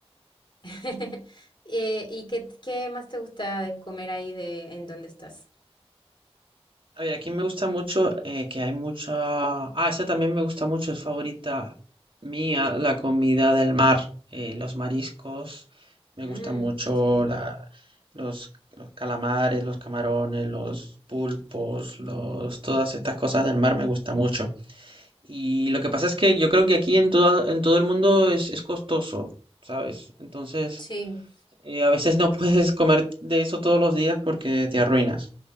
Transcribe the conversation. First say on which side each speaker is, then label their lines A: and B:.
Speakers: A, on the left; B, on the right.
A: <laughs> Eh, ¿y qué, qué más te gusta de comer ahí de en dónde estás?
B: A ver, aquí me gusta mucho eh, que hay mucha... Ah, esa también me gusta mucho, es favorita mía, la comida del mar, eh, los mariscos, me
A: Mm,
B: gustan mucho
A: sí,
B: la, los, los calamares, los camarones, los pulpos, los, todas estas cosas del mar me gusta mucho. Y lo que pasa es que yo creo que aquí en todo, en todo el mundo es, es costoso, ¿sabes? Entonces...
A: sí,
B: Eh, a veces no puedes comer de eso todos los días porque te arruinas.